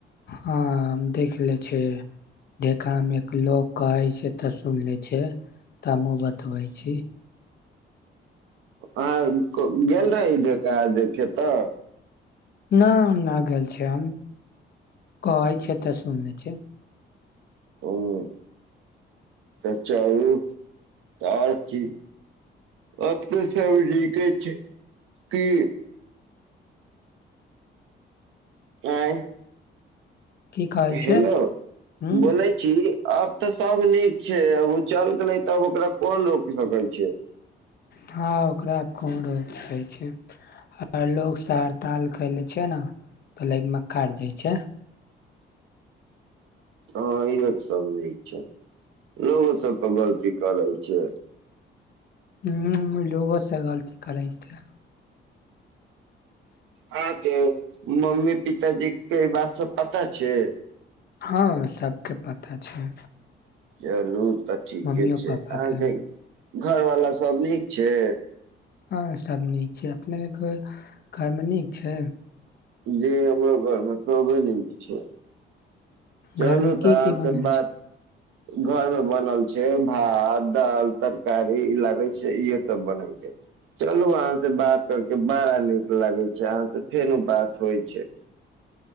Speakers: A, on the left; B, on the right.
A: हँ हम देख ले छै ढेका में एक लोक कहै छै तऽ सुन ले छै। त हमहुँ बतबै छी।
B: अहाँ गेल रही ढेखा र देखै तऽ।
A: ना न गल छै हम, कहइ छै तऽ सुनें छै।
B: ओ तऽ चलू, तऽ आर की, अब सब नीके छै की। आँ।
A: की कहै
B: हेलो,
A: छै हुं
B: बोलै छी। अब तऽ सब नीक छै, अब ओ चल गेलै तब ओकरा कोन रोक सकै छै।
A: हँ ओकरा आब कोन रोक सकैइ छै, आ लोग सब हरताल कलै छै ने तऽ लाइनमा काट दै छै।
B: हँ ईहो सब न छै। लोगों सब तऽ गलती। करै छै।
A: हूं लोगो से गलती करैत छै।
B: अहाँके मम्मी- पिताजी के ई बात सब पता छै।
A: हँ सभके पता छै।
B: चलू। तऽ ठीके
A: मम्मियो
B: छै,
A: पापा
B: अहाँके
A: के
B: घर वाला सब नीक। छै।
A: हँ सब नीक छै, अपने घर में नीक छै।
B: जी हमरो घर में सबे नीक छै। चलू
A: घर में
B: तऽ
A: की
B: अहाँ
A: की
B: से
A: बनल
B: बात
A: छै
B: घरमे बनल छैय भात दाल तरकारी लागै छैय, इहे सब बनै छैय, चलू अहाँ से बात करके बड़ा नीक लागे छैय, अहाँ से फेनो बात होइ छैय।